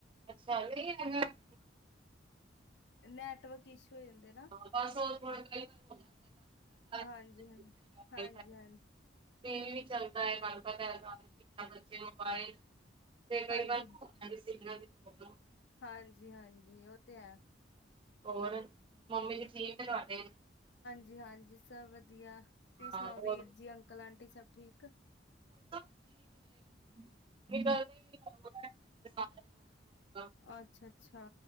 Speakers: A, on the right (about 30°); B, on the left (about 65°).
A: ਅੱਛਾ <unintelligible> ਹਾਂ
B: ਨੈਟਵਰਕ ਇਸ਼ੂ ਹੋ ਜਾਂਦੇ ਨਾ
A: ਬਸ ਓ ਥੋੜਾ <inaudible> ਸਾਰੀ
B: ਹਾਂਜੀ ਹਾਂ,
A: ਚੀਜ਼ਾਂ
B: ਹਾਂਜੀ ਹਾਂ।
A: ਟੀ ਵੀ ਵੀ ਚੱਲਦਾ ਹੈ ਤਾਂ ਪਤਾ ਐ ਬੱਚੇ ਮੋਬਾਈਲ ਤੇ
B: ਹਾਂਜੀ
A: ਕਈ ਗੱਲ
B: ਹਾਂਜੀ
A: ਜਿੰਨਾ ਵੀ ਬੋਲੋ।
B: ਹਾਂਜੀ-ਹਾਂਜੀ, ਉਹ ਤੇ ਹੈ।
A: ਹੋਰ। ਮੰਮੀ ਜੀ ਠੀਕ ਏ ਤੁਹਾਡੇ?
B: ਹਾਂਜੀ ਹਾਂਜੀ ਸਭ ਵਧ ਵਧੀਆ ਤੁਸੀ
A: ਹਾਂ
B: ਸੁਣਾਓ
A: ਹੋਰ
B: ਵੀਰ ਜੀ ਅੰਕਲ ਆਂਟੀ ਸਭ ਠੀਕ।
A: <unintelligible> ਨਿਕਲਦੀ ਨੀ <unintelligible>
B: ਅੱਛਾ-ਅੱਛਾ।